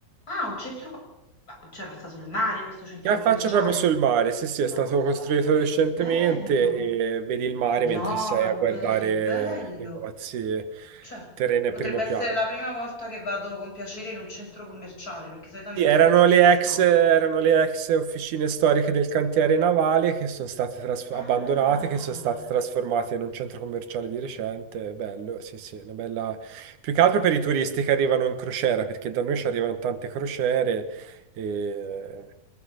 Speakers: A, on the left; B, on the right.
A: Ah, un centro ma cioè, ma c'era sta sul mare questo centro
B: Che affaccia
A: commerciale?
B: proprio sul mare, sì, sì,
A: No,
B: è stato costruito
A: vabbè,
B: recentemente
A: che bello!
B: e vedi il mare mentre
A: No,
B: sei
A: vabbè,
B: a guardare
A: che bello!
B: negozi,
A: Cioè,
B: terreno
A: potrebbe
B: a primo
A: essere
B: piano.
A: la prima volta che vado con piacere in un centro commerciale, perché solitamente
B: Sì, erano
A: io li detesto.
B: le ex, erano le ex officine storiche del cantiere navale che sono state tras-
A: Ah,
B: abbandonate, che sono state trasformate in un centro commerciale di recente. Bello, sì, sì, una bella... Più che altro per i turisti che arrivano in crociera, perché da noi ci arrivano tante crociere e eh,